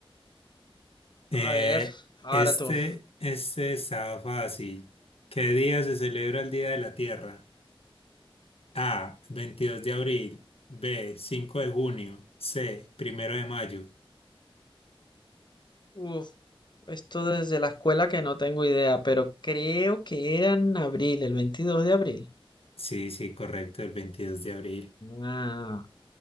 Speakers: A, on the left; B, on the left.
A: Eh,
B: A ver, ahora
A: este,
B: tú.
A: este estaba fácil. ¿Qué día se celebra el Día de la Tierra? A, 22 de abril, B, 5 de junio, C, primero de mayo.
B: Uf, esto desde la escuela que no tengo idea, pero creo que era en abril, el 22 de abril.
A: Sí, sí, correcto, el 22 de abril.
B: Ah,